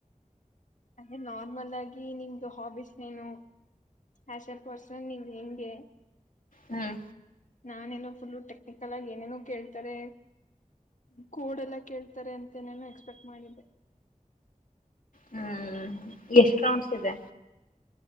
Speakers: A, on the left; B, on the left.
A: ಅದೇ ನಾರ್ಮಲ್ ಆಗಿ ನಿಮ್ದು ಹಾಬೀಸ್ ಏನು ಹ್ಯಾಷರ್ ಕೊಡ್ಸ್ <unintelligible> ಹೆಂಗೆ
B: ಹ್ಮ್
A: ನಾನೆಲ್ಲೋ ಫುಲ್ಲು ಟೆಕ್ನಿಕಲ್ ಆಗಿ ಏನೇನೋ ಕೇಳ್ತಾರೆ. ಕೋಡೆಲ್ಲ ಕೇಳ್ತಾರೆ ಅನ್ ಏನೇನೋ ಎಕ್ಸ್ಪೆಕ್ಟ್ ಮಾಡಿದ್ದೆ.
B: ಹ್ಮ್ ಹ್ ಎಷ್ಟು ರೌಂಡ್ಸ್ ಇದೆ.